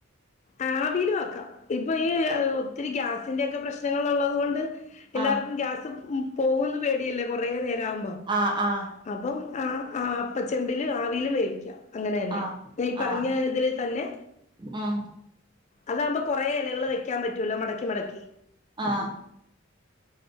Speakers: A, on the left (about 35°); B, on the right (about 25°).
A: ആ വലു ആക്കാം ഇപ്പൊ ഈ ഒത്തിരി ഗ്യാസിന്റെൊക്കെ പ്രശ്നങ്ങൾ ഉള്ളത് കൊണ്ട് എല്ലാവർക്കും
B: ആഹ്
A: ഗ്യാസ് പോകന്ന് പേടിയല്ലേ കുറേ നേരം
B: ആഹ് ആഹ്
A: അപ്പം ആ ആ അപ്പച്ചെമ്പില് ആവിൽ മേവിക്കാം അങ്ങനെ തന്നെ
B: ആഹ്
A: ഞാൻ ഈ പറഞ്ഞ
B: ആഹ്
A: ഇതിൽ തന്നെ
B: ഉം
A: അതാവുമ്പ കൊറെ ഇലകള് വെക്കാൻ പറ്റൂല്ലോ മടക്കി മടക്കി
B: ആഹ്